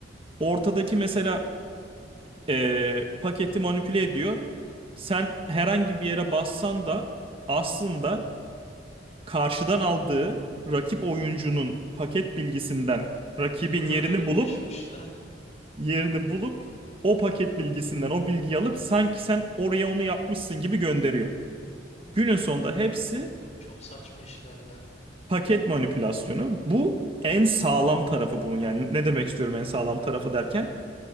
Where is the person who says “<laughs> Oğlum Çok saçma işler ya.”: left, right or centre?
Left